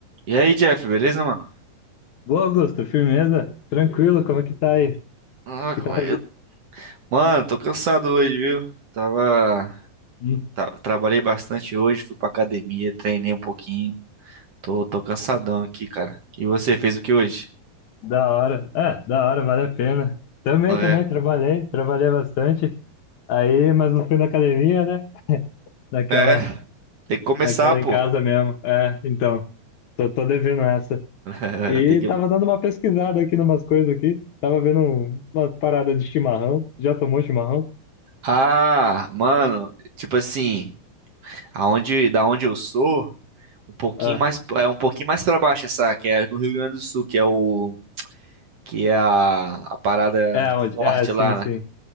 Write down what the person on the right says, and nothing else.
E aí, Jeff, beleza, mano?
Ah,
como
é eu... Mano, tô cansado hoje, viu? Tava...
tá- Trabalhei bastante hoje, fui pra academia, treinei um pouquinho. Tô, tô cansadão aqui, cara. E você, fez o que hoje?
É,
é, tem que começar,
pô.
<laughs>
Tem que...
Ah, mano, tipo assim, aonde, da onde eu sou, um pouquinho
mais, é um pouquinho mais pra baixo essa, que é no Rio Grande do Sul, que é o... que é a, a parada
forte
lá,
né?